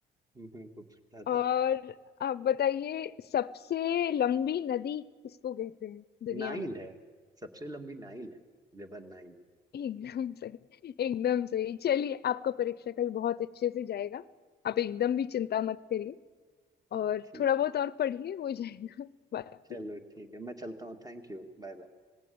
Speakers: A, on the right; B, on the left.
A: मेरे को पता था
B: और आप बताइए सबसे लंबी नदी किसको कहते हैं दुनिया
A: नाइल
B: में
A: है सबसे लंबी नाइल है रिवर नाइल
B: एकदम सही एकदम सही चलिए आपका परीक्षा कल बहुत अच्छे से जाएगा आप एकदम भी चिंता मत करिए और
A: ठीक
B: थोड़ा बहुत और पढ़िए हो जाएगा <laughs> बाकी
A: चलो ठीक है मैं चलता हूँ थैंक यू बाय बाय